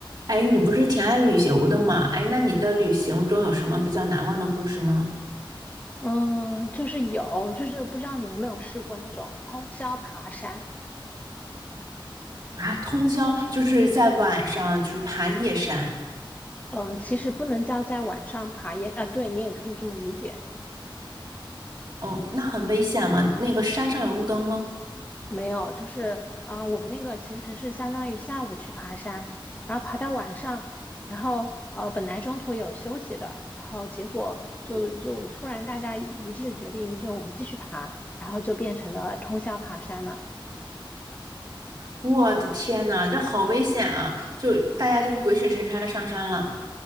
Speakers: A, on the right; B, on the left.
A: 哎，你不是挺爱旅游的吗？哎，那你的旅行中有什么比较难忘的故事吗？
B: 嗯，就是有，就是不知道你有没有试过那种通宵爬山。
A: 啊，通宵就是在晚上，就是爬夜山。
B: 嗯，其实不能叫在晚上爬也，啊，对你也可以这么理解。
A: 哦，那很危险吗？那个山上有路灯吗？
B: 没有，就是啊、我那个其实是相当于下午去爬山，然后爬到晚上，然后呃，本来中途有休息的，然后结果就就突然大家一致决定，就我们继续爬，然后就变成了通宵爬山了。
A: 我的天呐，这好危险啊！就大家就是鬼使神差的上山了